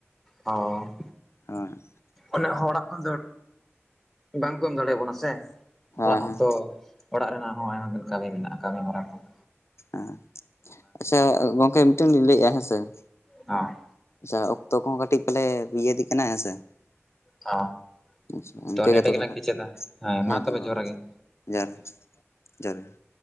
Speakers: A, in the centre; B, on the left.
A: ᱚ
B: ᱦᱟᱸ ᱾
A: ᱩᱱᱟᱹᱜ ᱦᱚᱲᱟᱜ ᱠᱷᱚᱱ ᱫᱚ, ᱵᱟᱝᱠᱚ ᱮᱢ ᱫᱟᱲᱮ ᱭᱟᱵᱚᱱᱟ ᱥᱮ?
B: ᱦᱮᱸ
A: ᱦᱚᱲᱟᱜ ᱦᱚᱸᱛᱚ,
B: ᱦᱮᱸ
A: ᱚᱲᱟᱜ ᱨᱮᱱᱟᱜ ᱦᱚᱸ ᱟᱭᱢᱟ ᱜᱟᱱ ᱠᱟᱹᱢᱤ ᱢᱮᱱᱟᱜᱼᱟ, ᱠᱟᱹᱢᱤ ᱦᱚᱨᱟ ᱠᱚ ᱾
B: ᱦᱮᱸ, ᱟᱪᱪᱷᱟ ᱜᱚᱢᱠᱮ ᱢᱤᱫᱴᱟᱝ ᱞᱤᱧ ᱞᱟᱹᱭ ᱮᱜᱼᱟ, ᱦᱮᱸ ᱥᱮ ᱾
A: ᱦᱚᱸ
B: ᱟᱪᱪᱷᱟ, ᱚᱠᱛᱚ ᱠᱚᱦᱚᱸ ᱠᱟᱹᱴᱤᱡ ᱯᱟᱞᱮ ᱤᱭᱟᱹᱮᱫᱤᱜ ᱠᱟᱱᱟ, ᱦᱮᱸ ᱥᱮᱮ ᱾
A: ᱦᱚᱸ
B: ᱟᱪᱪᱷᱟ, ᱤᱱᱠᱟᱹ
A: ᱛᱚ ᱱᱮᱰᱮ
B: ᱜᱮ ᱛᱚᱵᱮ
A: ᱜᱮᱞᱟᱝ
B: ᱦᱟᱸᱱᱟᱜ,
A: ᱠᱮᱪᱮᱫᱟ
B: ᱦᱮᱸ, ᱛᱚᱵᱮ
A: ᱡᱚᱦᱟᱨ
B: ᱢᱟ
A: ᱜᱮ
B: ᱾ ᱡᱚᱦᱟᱨ ᱜᱮ ᱾ ᱡᱚᱦᱟᱨ ᱜᱮ ᱾